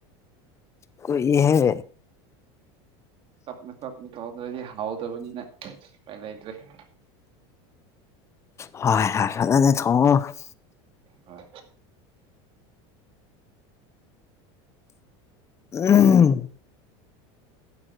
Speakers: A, on the left (about 20°); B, on the right (about 40°).
A: ꯀ ꯏꯍꯦ
B: ꯇꯞꯅ ꯇꯞꯅ ꯇꯧꯗ꯭ꯔꯗꯤ ꯍꯥꯎꯗꯕꯅꯤꯅꯥꯏ ꯂꯩꯇ꯭ꯔꯦ <inaudible>
A: ꯍꯣꯏ ꯍꯥꯔ ꯊꯉ
B: ꯑ
A: ꯎꯝ